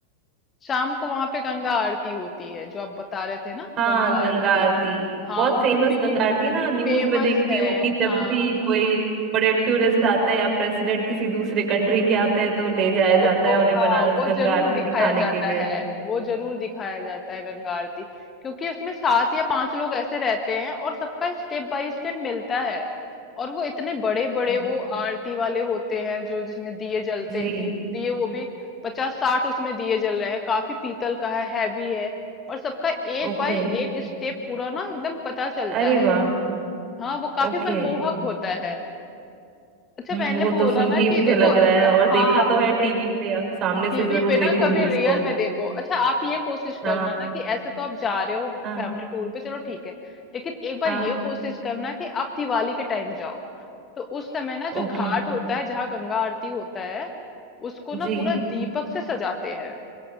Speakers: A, on the left (about 25°); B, on the right (about 30°).
A: शाम को वहां पे गंगा आरती होती है जो आप बता रहे थे ना
B: हाँ
A: गंगा
B: गंगा
A: आरती
B: आरती
A: हाँ
B: बहुत
A: वो
B: फेमस
A: भी
B: गंगा आरती है ना न्यूज
A: फेमस
B: में देखती
A: है
B: हूँ कि जब
A: हाँ
B: भी
A: हाँ
B: कोई बड़े टूरिस्ट आते हैं या प्रेसिडेंट किसी दूसरे कंट्री के आते हैं तो ले जाया
A: तो
B: जाता
A: वो
B: है उन्हें
A: हाँ
B: बनारस
A: वो
B: गंगा
A: जरूर
B: आरती
A: दिखाया
B: दिखाने
A: जाता
B: के लिए
A: है वो जरूर दिखाया जाता है गंगा आरती क्योंकि उसमें सात या पांच लोग ऐसे रहते हैं और सबका स्टेप बाय स्टेप मिलता है और वो इतने बड़े बड़े
B: हम्म।
A: वो आरती वाले होते हैं जो जिसमें दिए जलते
B: जी
A: हैं दी- दिए वो भी पचास साठ उसमें दिए जल रहे हैं काफी पीतल का है हैवी है और सबका एक
B: ओके
A: बाय एक स्टेप पूरा ना एकदम पता चलता
B: अरे
A: है
B: वाह
A: हाँ वो काफी
B: ओके
A: मनमोहक होता है अच्छा
B: हम्म
A: मैंने
B: वो
A: बोला
B: तो सुन
A: ना
B: के ही मुझे
A: कि देखो
B: लग रहा है
A: हाँ
B: और देखा तो है टीवी पे अब सामने
A: टीवी
B: से जरूर
A: पे
B: देखूंगी
A: ना कभी
B: उसको
A: रियल में देखो अच्छा आप ये कोशिश
B: हाँ
A: करना ना कि ऐसे तो आप जा रहे हो
B: हाँ
A: फैमिली टूर पे चलो ठीक है लेकिन एक बार
B: हाँ
A: ये कोशिश करना कि आप दिवाली के टाइम जाओ तो उस समय ना जो
B: ओके
A: घाट होता है जहाँ गंगा आरती होता है उसको ना
B: जी
A: पूरा दीपक से सजाते हैं